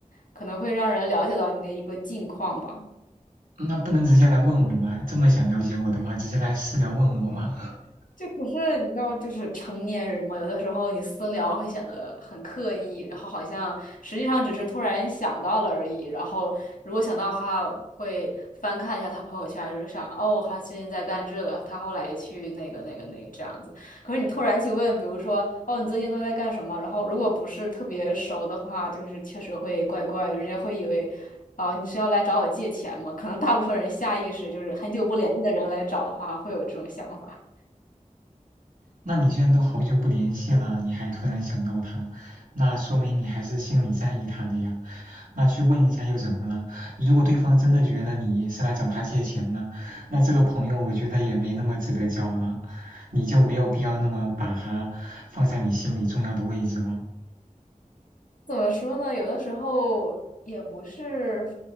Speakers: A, on the left (about 80°); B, on the right (about 85°).
A: 可能会让人了解到你的一个近况吧。
B: 那不能直接来问我吗？这么想了解我的话，直接来私聊问我吗？<laughs>
A: 这可是你知道，就是成年人嘛，有的时候你私聊会显得很刻意，然后好像实际上只是突然想到了而已。然后如果想到的话，会翻看一下他朋友圈，就是想哦，他最近在干这个，他后来去那个那个那个这样子。可是你突然去问，比如说哦，你最近都在干什么？然后如果不是特别熟的话，就是确实会怪怪的，人家会以为哦，你是要来找我借钱吗？可能大部分人下意识就是很久不联系的人来找的话，会有这种想法。
B: 那你现在都好久不联系了，你还突然想到他，那说明你还是心里在意他的呀。那去问一下又怎么了？如果对方真的觉得你是来找他借钱的，那这个朋友我觉得也没那么值得交了，你就没有必要那么把他放在你心里重要的位置了。
A: 怎么说呢？有的时候也不是，